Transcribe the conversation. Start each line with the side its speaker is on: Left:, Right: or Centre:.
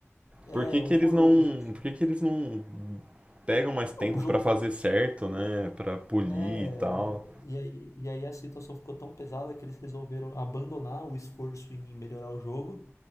Left: é,
Right: Por que
Left: é
Right: que
Left: horroroso.
Right: eles não,
Left: assim.
Right: por que que eles não pegam mais tempo
Left: Não, o jogo.
Right: pra fazer certo, né? Pra polir
Left: É.
Right: e tal.
Left: E aí, e aí a situação ficou tão pesada que eles resolveram abandonar o esforço em melhorar o jogo.